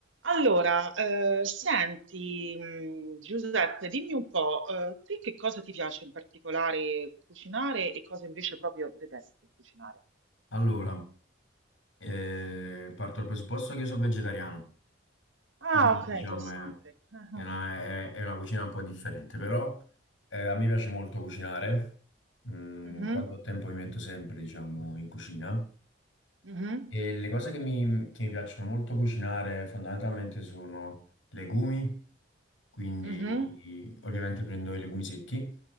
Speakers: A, on the right; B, on the left.
A: Allora, eh, senti, mh, Giuseppe, dimmi un po', eh, te che cosa ti piace in particolare cucinare e cosa invece proprio detesti cucinare?
B: Allora, eh, parto dal presupposto che io sono vegetariano,
A: Ah,
B: quindi
A: ok,
B: diciamo
A: interessante.
B: è,
A: Ah,
B: è
A: ah.
B: una, è- è una cucina un po' differente, però eh, a me piace molto cucinare, Mm,
A: Mhm,
B: quando ho tempo mi metto sempre, diciamo, in cucina
A: mhm,
B: e le cose che mi, che mi piacciono molto cucinare fondamentalmente sono legumi, quindi
A: mhm.
B: ovviamente prendo i legumi secchi,